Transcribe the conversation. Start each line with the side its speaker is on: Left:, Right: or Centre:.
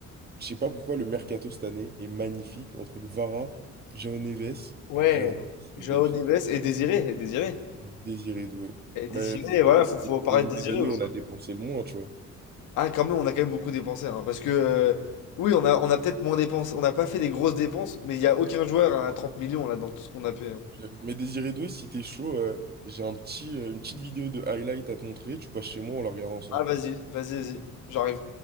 Right: je sais pas pourquoi le mercato cette année est magnifique. Entre Vara, Jao Neves,
Left: Ouais,
Right: bah, Jao Neves, c'est
Left: Joao
Right: une pépite,
Left: Neves et Désiré, et Désiré.
Right: Désiré Doué.
Left: et Désiré,
Right: Bah, franchement,
Left: voilà, faut, faut
Right: c'est
Left: parler
Right: une
Left: de Désiré
Right: des années
Left: aussi.
Right: où on a dépensé le moins, tu vois.
Left: Ah, quand même, on a quand même beaucoup dépensé, hein, parce que, euh, oui, on a, on a peut-être moins dépensé, on n'a pas fait des grosses dépenses, mais il n'y a aucun joueur à 30 millions, là, dans tout ce qu'on a payé.
Right: Je suis d'accord. Mais Désiré Doué, si t'es chaud, euh, j'ai un petit, euh, une petite vidéo de highlight à te montrer. Tu passes chez moi, on la regarde ensemble.
Left: Ah, vas-y, vas-y, vas-y, j'arrive.